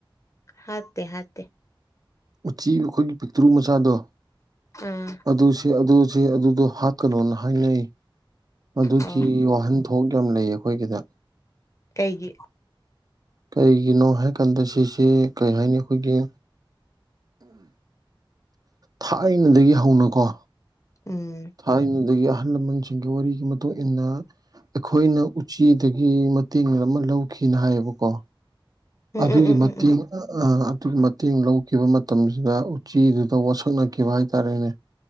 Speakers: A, on the left (about 35°); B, on the right (about 45°).
A: ꯍꯥꯠꯇꯦ ꯍꯥꯠꯇꯦ
B: ꯎꯆꯤ ꯑꯩꯈꯣꯏꯒꯤ ꯄꯤꯛꯇ꯭ꯔꯨ ꯃ ꯃꯆꯥꯗꯣ
A: ꯑꯥ
B: ꯑꯗꯨ ꯑꯗꯨꯁ ꯑꯗꯨꯗꯣ ꯍꯥꯠꯀꯅꯣꯅ ꯍꯥꯏꯅꯩ ꯑꯗꯨꯒꯤ
A: ꯑꯣ
B: ꯋꯥꯍꯟꯊꯣꯛ ꯌꯥꯝ ꯂꯩ ꯑꯩꯈꯣꯏꯒꯤꯗ
A: ꯀꯩꯒꯤ
B: ꯀꯔꯤꯒꯤꯅꯣ ꯍꯥꯏꯀꯥꯟꯗ ꯁꯤꯁꯦ ꯀꯩ ꯍꯥꯏꯅꯤ ꯑꯩꯈꯣꯏꯒꯤ ꯊꯥꯏꯅꯗꯒꯤ ꯍꯧꯅꯀꯣ
A: ꯎꯝ
B: ꯊꯥꯏꯅꯗꯒꯤ ꯑꯍꯜ ꯂꯃꯟꯁꯤꯡꯒꯤ ꯋꯥꯔꯤꯒꯤ ꯃꯇꯨꯡꯏꯟꯅ ꯑꯩꯈꯣꯏꯅ ꯎꯆꯤꯗꯒꯤ ꯃꯇꯦꯡ ꯑꯃ ꯂꯧꯈꯤꯅ ꯍꯥꯏꯌꯦꯕꯀꯣ
A: ꯎꯝ
B: ꯑꯗꯨꯒꯤ
A: ꯎꯝ ꯎꯝ
B: ꯃꯇꯦꯡ
A: ꯎꯝ
B: ꯑ ꯑꯗꯨꯒꯤ ꯃꯇꯦꯡ ꯂꯧ ꯈꯤꯕ ꯃꯇꯝꯁꯤꯗ ꯎꯆꯤꯗꯨꯗ ꯋꯥꯁꯛꯅꯈꯤꯕ ꯍꯥꯏꯇꯥꯔꯦꯅꯦ